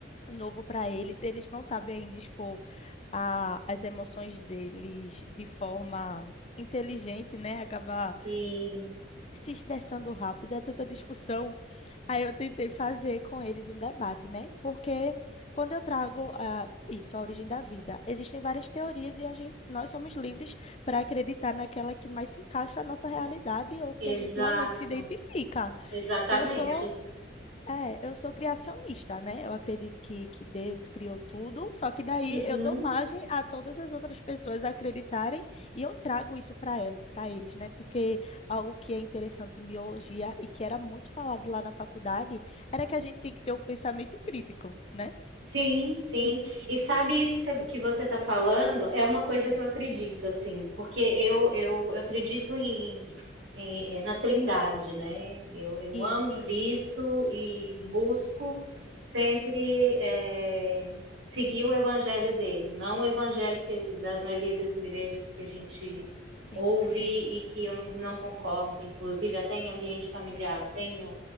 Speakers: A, on the left; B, on the right.
A: novo para eles, eles não sabem ainda expor a- as emoções deles de forma inteligente, né? acaba
B: Sim,
A: se estressando rápido, é tanta discussão. Aí eu tentei fazer com eles um debate, né? Porque quando eu trago ah, isso, a origem da vida, existem várias teorias e a gente, nós somos livres para acreditar naquela que mais se encaixa à nossa realidade ou que
B: exato.
A: a gente realmente se identifica.
B: Exatamente.
A: Eu sou é, eu sou criacionista, né? Eu acredito que, que Deus criou tudo, só que daí
B: Uhum.
A: eu dou margem a todas as outras pessoas acreditarem e eu trago isso para el para eles, né? Porque algo que é interessante em biologia e que era muito falado lá na faculdade era que a gente tem que ter um pensamento crítico, né?
B: Sim, sim.
A: E-
B: E sabe isso que você, que você está falando? É uma coisa que eu acredito, assim, porque eu, eu, eu acredito em, em- eh, na Trindade, né? Eu, eu
A: Isso,
B: amo Cristo e busco sempre eh, seguir o evangelho dele, não o evangelho que, da maioria das igrejas que a gente
A: sim,
B: ouve
A: sim,
B: e que eu não, não concordo, inclusive até em ambiente familiar. Tenho